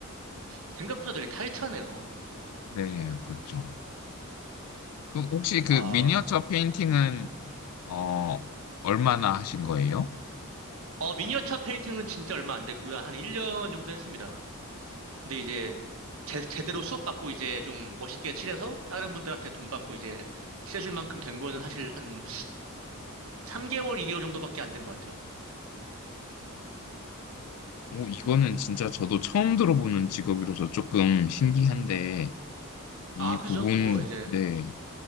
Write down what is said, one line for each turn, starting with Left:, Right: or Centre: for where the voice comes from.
Right: 생각보다 되게 타이트하네요.
Left: 네, 그렇죠. 그 혹시 그
Right: 아,
Left: 미니어처 페인팅은, 어, 얼마나 하신 거예요?
Right: 어, 미니어처 페인팅은 진짜 얼마 안 됐고요. 한 1년 정도 했습니다. 근데 이제 제, 제대로 수업받고 이제 좀 멋있게 칠해서 다른 분들한테 돈 받고 이제 칠해줄 만큼 된 거는 사실 한 3개월, 2개월 정도밖에 안 된 것 같아요.
Left: 오, 이거는 진짜 저도 처음 들어보는 직업이라서 조금 신기한데, 이
Right: 아, 그죠?
Left: 부분,
Right: 뭐 이제
Left: 네.